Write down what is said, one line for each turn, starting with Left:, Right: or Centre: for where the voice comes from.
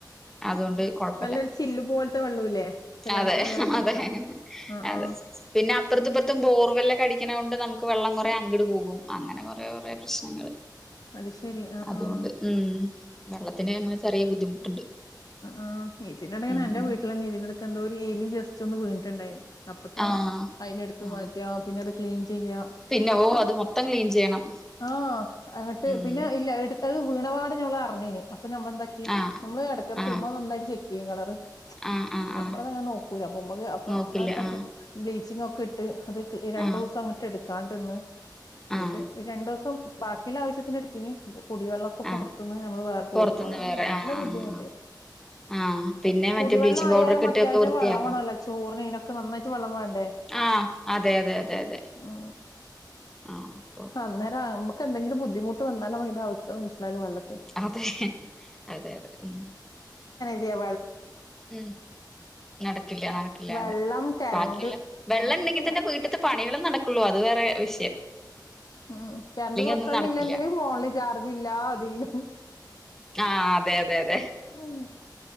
Centre: അതുകൊണ്ട് കൊഴപ്പില്ല
Left: നല്ലൊരു ചില്ല് പോലത്തെ വെള്ളൂല്ലേ ചില
Centre: അതെ
Left: ആൾക്കാർ പറഞ്ഞേക്കാം
Centre: അതെ
Left: ആ
Centre: അതെ
Left: ആ
Centre: പിന്നെ അപ്പറത്തുംപ്പറത്തും ബോർല കടിക്ക്ണ കൊണ്ട് നമുക്ക് വെള്ളം കൊറേ അങ്ട് പോകും അങ്ങനെ കൊറേ കൊറേ പ്രശ്നങ്ങൾ
Left: അത് ശരി ആ
Centre: അതുകൊണ്ട്
Left: ആ
Centre: ഉം വെള്ളത്തിന് മക്ക് ചെറിയ ബുദ്ധിമുട്ടുണ്ട്
Left: ആഇതിനിടെന്
Centre: ഉം
Left: എന്റെ വീട്ടിലന്നെ <inaudible> എന്തോരു എലി ജസ്റ്റ് ഒന്ന് വീണിട്ട്ണ്ടായി അപ്പത്തന്നെ
Centre: ആഹ്
Left: അയിന് എടുത്ത്
Centre: ആഹ്
Left: മാറ്റ്വ <inaudible> <unintelligible> ചെയ്യ
Centre: പിന്നെ ഓ അത് മൊത്തം ക്ലീൻ ചെയ്യണം
Left: ആ അങ്ങട്ട്
Centre: ഉം
Left: പിന്നെ ഇല്ല എടു അത് വീണപാട് ഞമ്മള് അറിഞ്ഞീനി അപ്പൊ നമ്മളെന്താക്കി
Centre: ആഹ്
Left: നമ്മള് അ
Centre: ആഹ്
Left: കുമ്മ നന്നായിട്ട് ചെക്ക് ചെയ്യും കളറ്
Centre: ആഹ് ആഹ്
Left: ഞമ്മളങ്ങനെ
Centre: ആഹ്
Left: നോക്കൂല അപ്പൊമ്മ അപ്പ
Centre: നോക്കില്ല
Left: അതക്കെ
Centre: ആഹ്
Left: ചിങൊക്കഇ അത് രണ്ട്
Centre: ആഹ്
Left: ദിവസം അങ്ങട്ട് എടുക്കും കാട്ടന്ന് എന്നിട്ട്
Centre: ആഹ്
Left: രണ്ടു ദിവസം ബാക്കിള്ള ആവശ്യത്തിനെടുത്തിനി കുടിവെള്ളൊക്കെ പൊറത്ത്ന്ന്
Centre: ആഹ്
Left: ഞമ്മള് വേ കോരിക്കോണത്
Centre: പൊറത്തുന്ന് വേറെ
Left: നല്ല
Centre: ആഹ് ആഹ്
Left: ബുദ്ധിമുട്ടി
Centre: ആഹ് ആഹ് പിന്നെ മറ്റേ
Left: കുടിവെള്ളം
Centre: ബ്ലീച്ചിങ്
Left: ആയാലും
Centre: പൗഡർ ഒക്കെ
Left: അത്യാവശ്യം
Centre: ഇട്ടൊക്കെ വൃത്തിയാക്കണം
Left: വെള്ളമാേണല്ലോ ചോറിന ഇനൊക്കെ നന്നായിട്ട് വെള്ളം വേണ്ടേ
Centre: ആഹ് അതെ അതെ അതെ അതെ
Left: ഉ
Centre: ആഹ് അപ്പൊ
Left: അന്നേരാ എന്തെങ്കില ബുദ്ധിമട്ട് വന്നാലുംതി അവസ്ഥ മനസിലും വള്ള
Centre: അതെ അതെ അതെ ഉ
Left: ജയ്യാ
Centre: ഉം നടക്കില്ല നടക്കില്ല
Left: വെള്ളം
Centre: അതെ
Left: കരണ്ട്
Centre: ബാക്കിയുള്ള വെള്ളം
Left: രണ്ടും
Centre: ഉണ്ടെങ്കി തന്നെ
Left: നടക്കൂല
Centre: വീട്ടിലത്തെ പണികളും നടക്കുള്ളൂ അത് വേറെ വി
Left: ഉം രണ്ട് കുറച്ചമ്മ
Centre: ഒന്നും നടക്കില്ല
Left: ഇല്ലെങ്കിലും ഫോണില് ചാർജ് ഇല്ല അതില്ലും
Centre: ആ അതെ യതെ യതെ
Left: ഓ